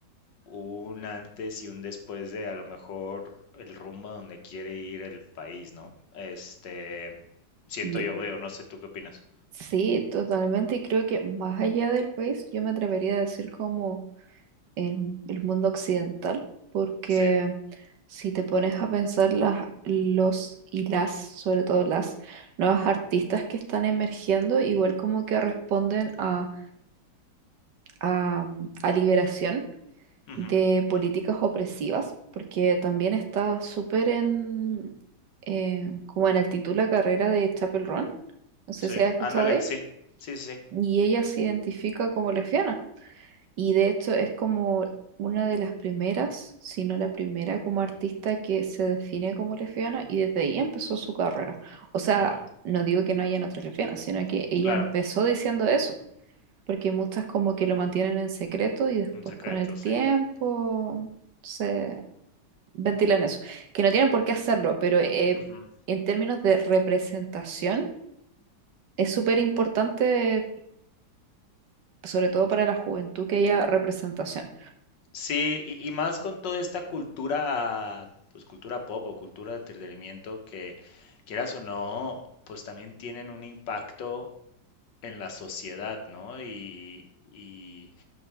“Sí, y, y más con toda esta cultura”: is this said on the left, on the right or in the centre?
Left